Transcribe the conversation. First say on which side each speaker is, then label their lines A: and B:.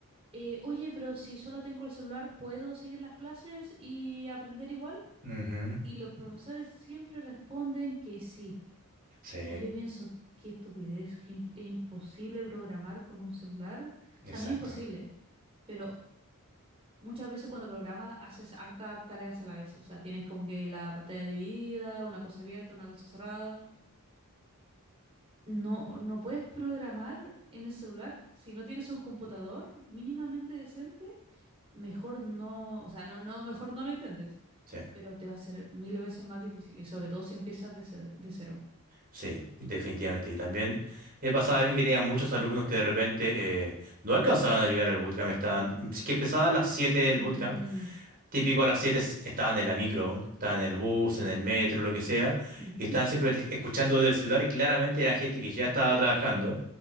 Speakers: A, on the right (about 25°); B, on the right (about 40°).
A: eh, oye, pero si solo tengo el celular, ¿puedo seguir las clases y aprender igual?
B: Ujú.
A: Y los profesores siempre responden que sí.
B: Sí,
A: Y yo pienso, qué estupidez, que imp- es imposible programar con un celular.
B: exacto.
A: O sea, no es imposible, pero muchas veces cuando programas haces hartas tareas a la vez. O sea, tienes como que la pantalla dividida, una cosa abierta, una cosa cerrada. No, no puedes programar en el celular. Si no tienes un computador mínimamente decente, mejor no, o sea, no, no, mejor no lo intentes.
B: Sí.
A: Pero te va a ser mil veces más difícil y sobre todo si empiezas de cer- de cero.
B: Sí, definitivamente. Y también me pasaba a mí que tenía muchos alumnos que de repente eh, no alcanzaban a llegar al bootcamp. Estaban, si que empezaba a las 7 del
A: Mm,
B: bootcamp. Típico a las 7 s- estaban en la micro, aún, estaban en el bus, en el metro, lo que sea.
A: ujú.
B: Y estaban simplemente escuchando desde el celular y claramente era gente que ya estaba trabajando.